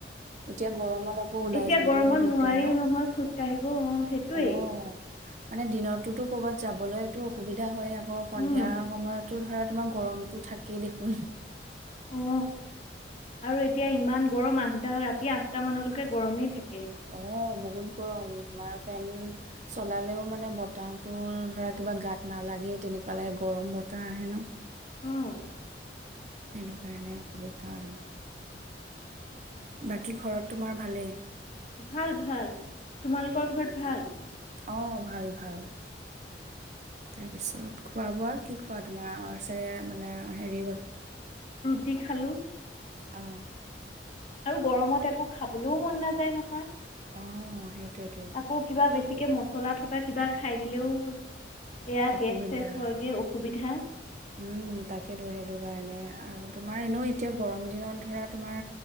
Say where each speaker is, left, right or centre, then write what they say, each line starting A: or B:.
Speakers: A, on the right; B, on the left.
A: এতিয়া গৰমত আকৌ ওলাই
B: এতিয়া
A: যাবলৈও
B: গৰমত
A: দিগদাৰ
B: নোৱাৰিও
A: ন,
B: নহয় খোজ কাঢ়িব অঁ সেইটোৱেই
A: অঁ মানে দিনত তোৰটো ক'ৰবাত যাবলৈটো সুবিধা হয়। অ সন্বীয়া
B: উম
A: সময়টো ধৰা তোমাৰ গৰমতটো থাকেই দেখোন।
B: অ আৰু এতিয়া ইমান গৰম আঠটা ৰাতি আঠটা মানলৈকে গৰমেই থাকে।
A: অঁ, বহুত গৰম তোমাৰ ফেন চলালেও মানে বতাহটো ধৰা কিবা গাত নালাগেই তেনেকুৱা লাগে গৰম বতাহ আহে ন?
B: অঁ
A: সেইটো কাৰণে অসুবিধা আৰু বাকী ঘৰত তোমাৰ ভালেই?
B: ভাল ভাল তোমালোকৰ ঘৰত ভাল?
A: অ', ভাল ভাল তাৰপিছত খোৱা বোৱা কি খোৱা তোমাৰ সেয়া মানে হেৰি হল।
B: কি খালো
A: আহ
B: আৰু গৰমত একো খাবলৈও মন নাযায় নহয়,
A: অ', সেইটোয়েতো
B: আকৌ কিবা বেছি বেছিকে মছলা থকা কিবা খাই দিলেও এয়া
A: অসুবিধা
B: গেছ চেছ হয়গৈ অসুবিধা
A: উম তাকেইেটো সেইটো কাৰণে আৰু তোমাৰ এনেও এতিয়া গৰম দিনত ধৰা তোমাৰ